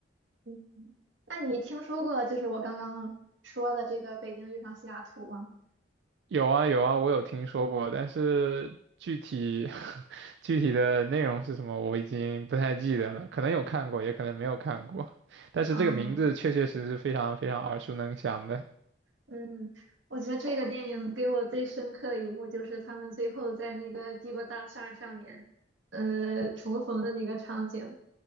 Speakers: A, on the right (about 85°); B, on the right (about 65°).
A: 嗯，那你听说过就是我刚刚说的这个《北京遇上西雅图》吗？
B: 有啊有啊，我有听说过，但是具体 <laughs> 具体的内容是什么，我已经不太记得了，可能有看过，也可能没有看过，但是这个名字确确实实非常非常耳熟能详的。
A: 嗯嗯，我觉得这个电影给我最深刻的一幕就是他们最后在那个帝国大厦上面，呃，重逢的那个场景。